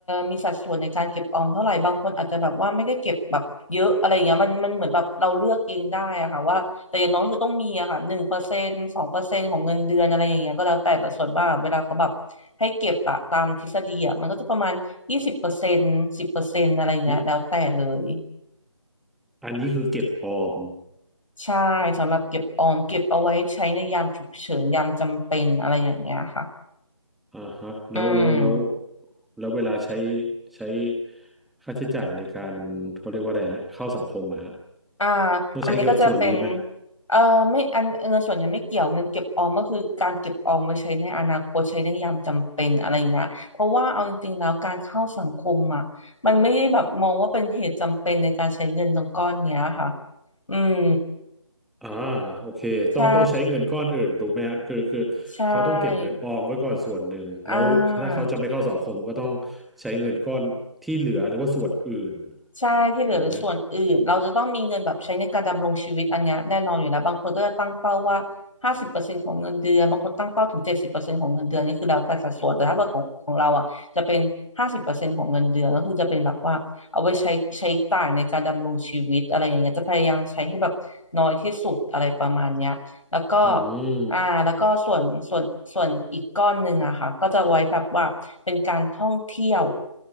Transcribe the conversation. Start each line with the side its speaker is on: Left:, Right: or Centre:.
Left: มีสัดส่วนในการเก็บออมเท่าไหร่บางคนอาจจะแบบว่าไม่ได้เก็บแบบเยอะอะไรอย่างเงี้ยมันมันเหมือนแบบเราเลือกเองได้อะค่ะว่า แต่อย่างน้อยคือต้องมีอะค่ะหนึ่งเปอร์เซ็นต์สองเปอร์เซ็นต์ของเงินเดือนอะไรอย่างเงี้ยก็แล้วแต่แต่ส่วนมากอะเวลาเขาแบบให้เก็บอะตามทฤษฎีอะมันก็จะประมาณยี่สิบเปอร์เซ็นต์สิบเปอร์เซ็นต์อะไรอย่างเงี้ยแล้วแต่เลย
Centre: นี่อันนี้คือเก็บออม
Left: ใช่สำหรับเก็บออมเก็บเอาไว้ใช้ในยามฉุกเฉินยามจำเป็นอะไรอย่างเงี้ยค่ะ
Centre: อ่าฮะแล้วแล้วแล้ว
Left: อืม
Centre: แล้วเวลาใช้ใช้ค่าใช้จ่ายในการเขาเรียกว่าอะไรฮะเข้าสังคมอะฮะ
Left: อ่า
Centre: ต้องใช้เงินส่วนนี้ไหม
Left: อันนี้ก็จะเป็นเอ่อไม่อันเงินส่วนใหญ่ไม่เกี่ยวเงินเก็บออมก็คือการเก็บออมไว้ใช้ในอนาคตใช้ในยามจำเป็นอะไรเงี้ยเพราะว่าเอาจริงๆแล้วการเข้าสังคมอ่ะมันไม่ได้แบบมองว่าเป็นเหตุจำเป็นในการใช้เงินตรงก้อนเนี้ยค่ะอืม
Centre: อ่าโอเคต้องต้องใช้เงินก้อนอื่นถูกไหมฮะคือคือเขาต้องเก็บเงินออมไว้ก่อนส่วนหนึ่ง
Left: ใช่ใช่อ่า
Centre: แล้วถ้าเขาจะไปเข้าสังคมก็ต้องใช้เงินก้อนที่เหลือหรือว่าส่วนอื่น
Left: ใช่ที่เหลือหรือส่วนอื่นเราจะต้องมีเงินแบบใช้ในการดำรงชีวิตอันเนี้ยแน่นอนอยู่แล้วบางคนก็จะตั้งเป้าว่าห้าสิบเปอร์เซ็นต์ของเงินเดือนบางคนตั้งเป้าถึงเจ็ดสิบเปอร์เซ็นต์ของเงินเดือนนี่คือแล้วแต่สัดส่วนแต่ถ้าเบอร์ของของเราอ่ะจะเป็นห้าสิบเปอร์เซ็นต์ของเงินเดือนก็คือจะเป็นแบบว่าเอาไว้ใช้ใช้จ่ายในการดำรงชีวิตอะไรอย่างเงี้ยจะพยายามใช้ให้แบบน้อยที่สุดอะไรประมาณเนี้ยแล้วก็
Centre: ถูกไหมอืม
Left: อ่าแล้วก็ส่วนส่วนส่วนอีกก้อนหนึ่งอะค่ะก็จะไว้แบบว่าเป็นการท่องเที่ยว